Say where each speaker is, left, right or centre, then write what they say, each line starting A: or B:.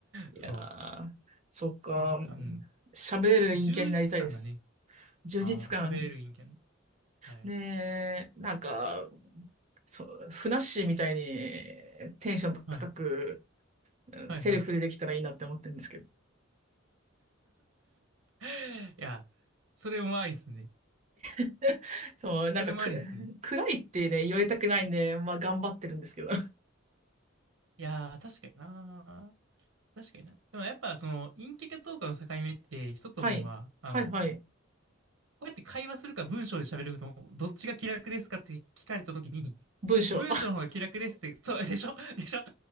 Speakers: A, on the right; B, on the right.
A: いやー、
B: そ
A: そっか。
B: う。いや、なんか、うん。
A: 喋れる陰キャになりたいです。
B: 充実感がね。
A: 充実感。
B: ああ、喋れる陰キャン。はい。
A: ねえ、なんか、そう、ふなっしーみたいにテンション高く、
B: はい。
A: うんセルフでできたらいいなって思ってるんですけど。
B: はいはい。<laughs> いや、それもありっすね。
A: <laughs> そう、
B: それもありっすね。
A: なんかく、暗いってね、言われたくないんで、まあ頑張ってるんですけど。<laughs>
B: いやー、確かになー。確かにな。でもやっぱ、その、陰キャかどうかの境目って、一つ思うのは、
A: はい。
B: あの、
A: はいはい。
B: こうやって会話するか文章で喋るの、どっちが気楽ですかって聞かれたときに、
A: 文章。
B: 文章の方が気楽ですって、そう、でしょ <laughs> でしょ